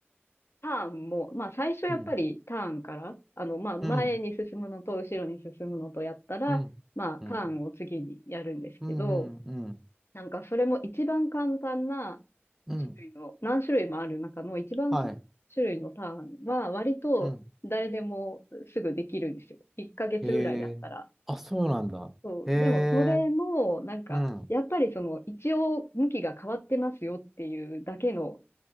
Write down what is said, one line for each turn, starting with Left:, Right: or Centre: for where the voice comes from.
Left: ターンも、まあ最初やっぱりターンから、
Centre: うん
Left: あの、まあ前に進むのと後ろに進むのとやったら、
Centre: うんうんうん
Left: まあターンを次にやるんですけど、
Centre: うんうんうん
Left: なんかそれも一番簡単な
Centre: うん
Left: 種類の、何種類もある中の一番簡単な種類のターンは割と誰でもすぐできるんですよ。
Centre: はいうん
Left: 1ヶ月ぐらいやったら。
Centre: へえあそうなんだへえ
Left: そう。でもそれも、なんか、
Centre: うん
Left: やっぱりその一応向きが変わってますよっていうだけの